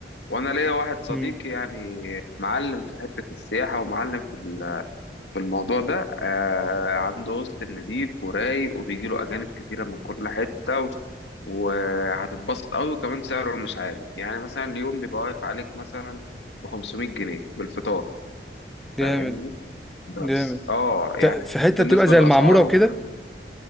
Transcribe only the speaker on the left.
وانا ليا واحد صديقي
يعني معلم في حته السياحه ومعلم في ال- في الموضوع ده آه عنده هوستل نضيف ورايق وبيجي له اجانب كتيره من كل حته و... وهتتبسط قوي وكمان سعره مش عالي يعني مثلا اليوم بيبقى واقف عليك مثلا ب 500 جنيه بالفطار
فاهمني بس
اه يعني
بالنسبة
للأسعار
والكلام ده